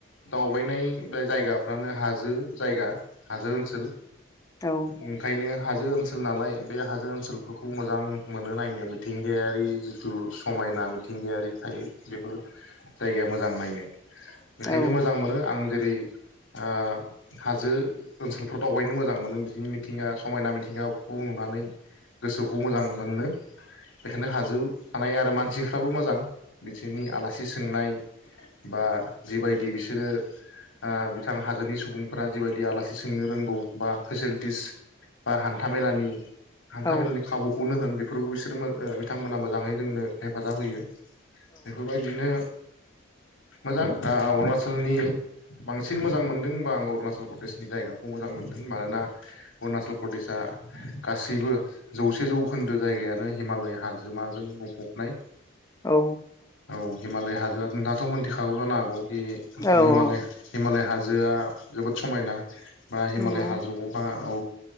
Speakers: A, on the left; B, on the left.
A: दावबायनाय राय जायगाफ्रानो हाजो जायगा हाजो ओनसोल
B: औ
A: ओंखायनो हाजो ओनसोल नालाय बे हाजो ओनसोलफोरखौ मोजां मोनो नायनो मिथिंगायारि जिथु समायना मिथिंगायारि थायो बेफोर जायगाया मोजां नायनो बेखायनो
B: औ
A: मोजां मोनो आं जे बे ओ हाजो ओनसोलफ्राव दावबायनो मोजां मोनो बिदिनि मिथिंगा समायना मिथिंगाखौ नुनानै गोसोखौ मोजां मोनो बेखायनो हाजो थानाय आरो मानसिफ्राबो मोजां बिसिनि आलासि सोंनाय बा जिबायदि बिसोरो ओ बिथां हाजोनि सुबुंफोरा जिबायदि आलासि सोंनो रोंगौ बा फेसिलिटिस बा हान्थाामेलानि हान्था
B: औ
A: मेलानि खाबुखौनो होन बे <unintelligible> ओ बिथांमोनहा मोजाङै जोंनो हेफाजाब होयो बेफोर बादिनो मोजां ओ अरुणाचलनि बां बांसिन मोजां मोनदों होनबा आं अरुणाचल प्रदेशनि जायगाखौ मोजां मोनदों मानोना अरुणाचल प्रदेशआ गासैबो जौसे जौखोन्दो जायगायानो हिमालय हाजोमाजों बुंफबनाय।
B: औ
A: औ हिमालय हाजोआ नोंथाङाथ' मोनथिखागौ जानो हागौ बे
B: औ
A: हिमालया
B: औ
A: मालाय हाजोआ जोबोद समायना बा हिमालय
B: नंगौ
A: हाजोआवहा औ